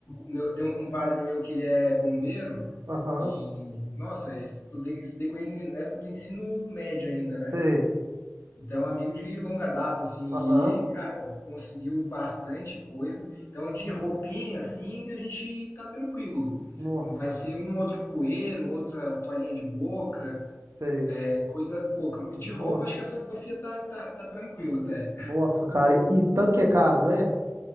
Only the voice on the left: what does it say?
Meu, tem um compadre meu que ele é bombeiro
e nossa, eu estudei, estudei com ele na época do ensino médio ainda, né?
Então amigo de longa data assim
e cara conseguiu bastante coisa. Então de roupinha assim a gente tá tranquilo.
Vai ser um outro coeiro, outra toalhinha de boca,
é coisa pouca. De
roupa, acho que a Sofia tá, tá, tá tranquila até.